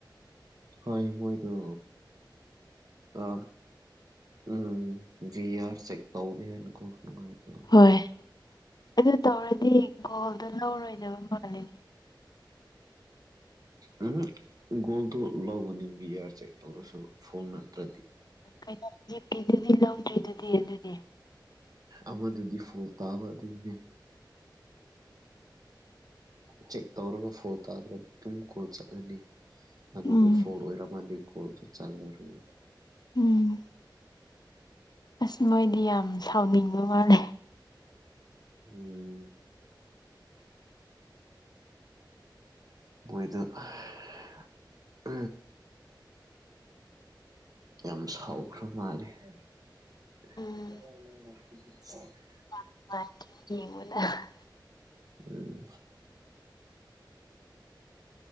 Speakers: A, on the right (about 50°); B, on the left (about 60°).
A: ꯍꯣꯏ ꯃꯣꯏꯗꯨ ꯑ ꯎꯝ ꯚꯤꯑꯥꯔ ꯆꯦꯛ ꯇꯧꯗꯦ ꯍꯥꯏꯅꯀꯣ ꯅꯨꯡꯉꯥꯏꯇꯕ <unintelligible>
B: ꯍꯣꯏ ꯑꯗꯨ ꯇꯧꯔꯗꯤ ꯒꯣꯜꯗꯣ ꯂꯧꯔꯣꯏꯗꯕ ꯃꯥꯜꯂꯦꯅꯦ
A: <inaudible> ꯎꯝ ꯒꯣꯜꯗꯨ ꯂꯧꯒꯅꯤ ꯕꯤꯑꯥꯔ ꯆꯦꯛ ꯇꯧꯔꯁꯨ ꯐꯣꯡꯅ ꯇꯗꯤ
B: ꯀꯩꯩꯅꯣ ꯌꯦꯞꯀꯦꯗꯨꯗꯤ ꯂꯧꯗ꯭ꯔꯤꯗꯨꯗꯤ ꯑꯗꯨꯗꯤ
A: ꯑꯃꯗꯨꯗꯤ ꯐꯣꯜ ꯇꯥꯕ ꯑꯗꯨꯏꯅꯦ ꯆꯦꯛ ꯇꯧꯔꯒ ꯐꯣꯜ ꯇꯥꯗ꯭ꯔꯗꯤ ꯑꯗꯨꯝ ꯀꯣꯜ ꯆꯠꯂꯅꯤ ꯑꯗꯨꯕꯨ
B: ꯎꯝ
A: ꯐꯣꯜ ꯑꯣꯏꯔꯝꯃꯗꯤ ꯒꯣꯜꯁꯨ ꯆꯜꯂꯔꯣꯏ
B: ꯎꯝ ꯑꯁ ꯃꯣꯏꯗꯤ ꯌꯥꯝ ꯁꯥꯎꯅꯤꯡꯕ ꯃꯥꯜꯂꯦ
A: ꯎꯝ ꯃꯣꯏꯗꯨ <unintelligible> ꯌꯥꯝ ꯁꯥꯎꯈ꯭ꯔꯕ ꯃꯥꯜꯂꯦ <unintelligible>
B: ꯎꯝ <unintelligible> <inaudible>
A: ꯎꯝ